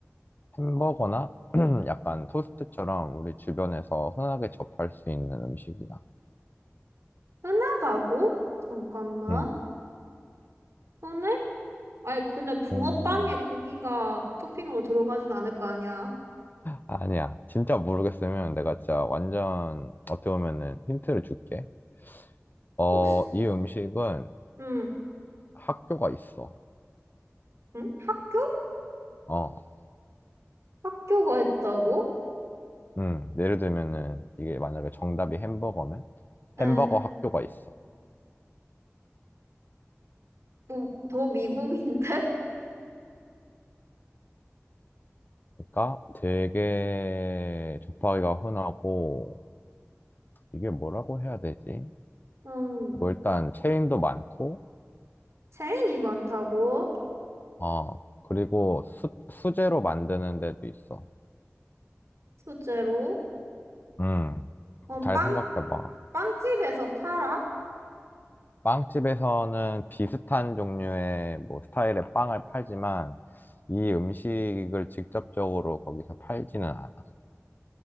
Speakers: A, on the left; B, on the right.
A: 햄버거나 <clears throat> 약간 토스트처럼 우리 주변에서 흔하게 접할 수 있는 음식이야.
B: 흔하다고? 잠깐만.
A: 음.
B: 흔해? 아니, 근데 붕어빵에
A: 음.
B: 고기가 토핑으로 들어가진 않을 거 아니야.
A: 아니야. 진짜 모르겠으면 내가 진짜 완전 어떻게 보면은 힌트를 줄게. 어,
B: 혹시,
A: 이 음식은
B: 음,
A: 학교가 있어.
B: 음? 학교?
A: 어,
B: 학교가 했다고?
A: 음, 예를 들면은 이게 만약에 정답이 햄버거면
B: 에,
A: 햄버거 학교가 있어.
B: 뭐, 더 미국인데? <laughs>
A: 그러니까 되게 접하기가 흔하고 이게 뭐라고 해야 되지?
B: 음,
A: 뭐 일단 체인도 많고,
B: 체인이 많다고?
A: 어, 그리고 수, 수제로 만드는 데도 있어.
B: 소재로?
A: 음,
B: 그럼
A: 잘
B: 빵,
A: 생각해봐.
B: 빵집에서 팔아?
A: 빵집에서는 비슷한 종류의 뭐 스타일의 빵을 팔지만 이 음식을 직접적으로 거기서 팔지는 않아.